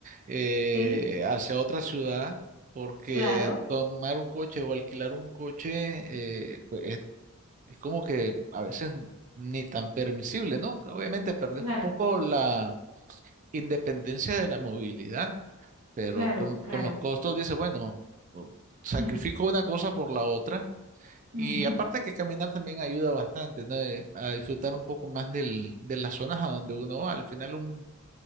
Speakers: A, on the right (about 35°); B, on the right (about 80°).
A: eh,
B: Sí,
A: hacia otra ciudad, porque
B: claro,
A: tomar un coche o alquilar un coche eh, pues, es es como que a veces ni tan permisible, ¿no? Obviamente perdés
B: claro,
A: un poco la independencia de la movilidad, pero
B: claro,
A: con,
B: claro.
A: con los costos dices, bueno, o- sacrifico
B: Mm,
A: una cosa por la otra. Y
B: ujú,
A: aparte que caminar también ayuda bastante, ¿no? Eh, A disfrutar un poco más del, de las zonas a donde uno va. Al final un,